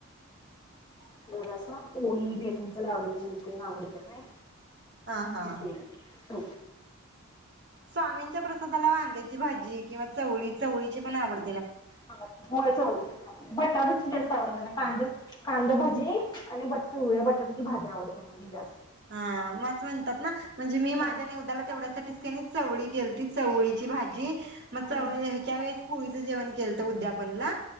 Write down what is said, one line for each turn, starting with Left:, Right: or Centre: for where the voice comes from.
Right: <unintelligible>
Left: जर अस पोळी बेसनच लाडु ते आवडते नाय.
Right: हा हा
Left: <unintelligible> हो.
Right: स्वामींच्या प्रसादाला वांगाची भाजी किंवा चवळी चवळीची पण आवड
Left: बोला की होय चवळीचे भाजी बटाट्याची जास्त आवडते ना कांद कांदा भजी आणि बट पिवळ्या बट्याट्याची भाजी आवडते मला जास
Right: हा म असं म्हणतात ना म्हणजे मी माझ्या
Left: हा
Right: नीउद्याला तेवढ्यासाठीच केली चवळी केलती चवळीची भाजी म चवळी
Left: हा
Right: ह्याच्या वेळेस पुळीचं जेवण केलंत उद्यापन ना.